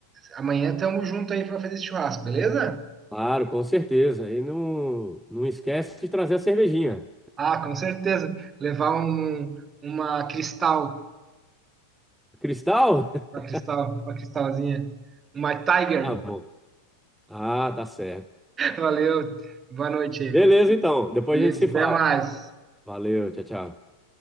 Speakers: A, on the right; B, in the centre.
A: amanhã estamos juntos aí para fazer esse churrasco, beleza?
B: Claro, com certeza. E não, não esquece de trazer a cervejinha.
A: Ah, com certeza. Levar um, uma cristal,
B: Cristal? <laughs>
A: uma cristal, uma cristalzinha, uma Tiger.
B: Ah, bom. Ah, tá certo.
A: Valeu, boa noite.
B: Beleza, então. Depois
A: Beleza,
B: a gente se fala.
A: até mais.
B: Valeu, tchau, tchau.